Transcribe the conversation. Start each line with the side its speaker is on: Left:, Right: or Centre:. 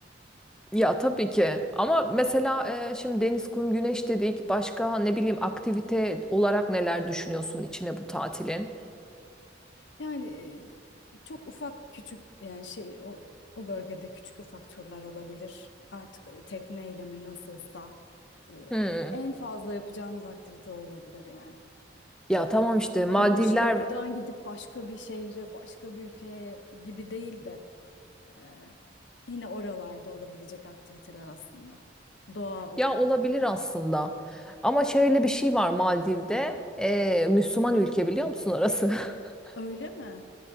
Centre: Ya tabii ki ama mesela e, şimdi deniz, kum, güneş dedik. Başka ne bileyim aktivite olarak neler düşünüyorsun içine bu tatilin?
Left: Yani e, çok ufak küçük yani şey o o bölgede küçük ufak turlar olabilir. Artık tekneyle mi nasılsa e,
Centre: Hmm.
Left: en fazla yapacağımız aktivite olabilir yani.
Centre: Ya tamam işte
Left: Onun
Centre: Maldivler
Left: dışında oradan gidip başka bir şehre, başka bir ülkeye gibi değil de e, yine oralarda olabilecek aktiviteler aslında. Doğa olur.
Centre: ya olabilir aslında. Ama şöyle bir şey var Maldiv'de. e, Müslüman ülke biliyor musun orası? <laughs>
Left: Öyle mi?